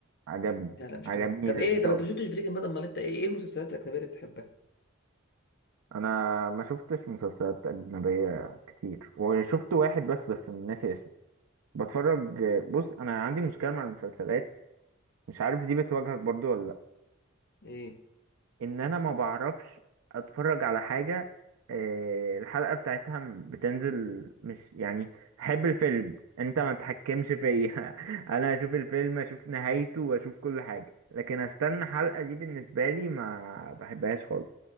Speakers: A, on the right; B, on the left.
A: عجبني
B: لا لا مش
A: عجبني
B: طبيعي طب
A: اللي
B: ايه
A: انت
B: طب
A: قلته
B: انت ما شفتش بريكنج باد امال انت ايه ايه المسلسلات الاجنبيه اللي بتحبها
A: انا ما شفتش مسلسلات اجنبيه كتير وشفت واحد بس بس ناسي اسمه بتفرج بص انا عندي مشكله مع المسلسلات مش عارف دي بتواجهك برضو ولا لأ.
B: ايه
A: ان انا ما بعرفش اتفرج على حاجة آه، الحلقة بتاعتها م- بتنزل مش يعني احب الفيلم انت ما تحكمش فيا <laughs> انا اشوف الفيلم اشوف نهايته واشوف كل حاجة لكن استنى حلقة دي بالنسبة لي ما بحبهاش خالص